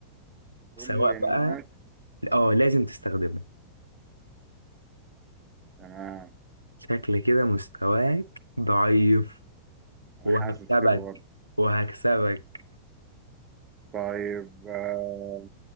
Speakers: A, on the right (about 25°); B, on the right (about 85°).
A: كل
B: سواء
A: الناس
B: بقى اه لازم تستخدمه
A: تمام
B: شكل كده مستواك ضعيف
A: أنا
B: وهكسبك
A: حاسس كده برضه
B: وهكسبك
A: طيب آه